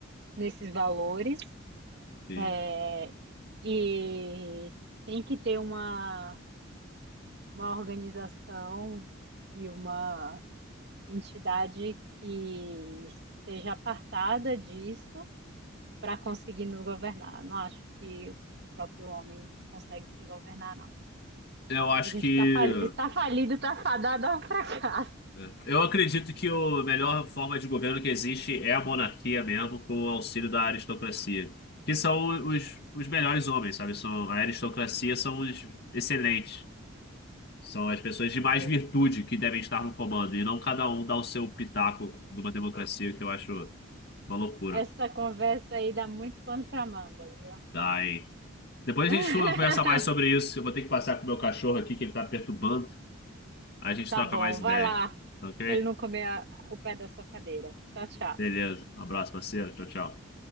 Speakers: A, on the right; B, on the left.
A: nesses valores
B: E
A: é, e tem que ter uma, uma organização e uma entidade que esteja apartada disso para conseguir nos governar. Não acho que o próprio homem consegue se governar, não.
B: Eu acho
A: A gente
B: que.
A: está falido, está falido, está fadado ao fracasso.
B: é, Eu acredito que a melhor forma de governo que existe é a monarquia mesmo, com o auxílio da aristocracia. Que são os, os melhores homens, sabe? São, a aristocracia são os excelentes. São as pessoas de mais
A: É.
B: virtude que devem estar no comando, e não cada um dar o seu pitaco numa democracia, que eu acho. Uma loucura.
A: Essa conversa aí dá muito pano para manga, viu?
B: dai Depois
A: <laughs>
B: a gente conversa mais sobre isso. Eu vou ter que passar com o meu cachorro aqui, que ele tá perturbando. Aí a gente
A: Tá
B: troca
A: bom,
B: mais ideia.
A: vai lá,
B: Tá Ok?
A: para ele não comer a- o pé da sua cadeira. Tchau, tchau.
B: Beleza. Um abraço, parceiro. Tchau, tchau.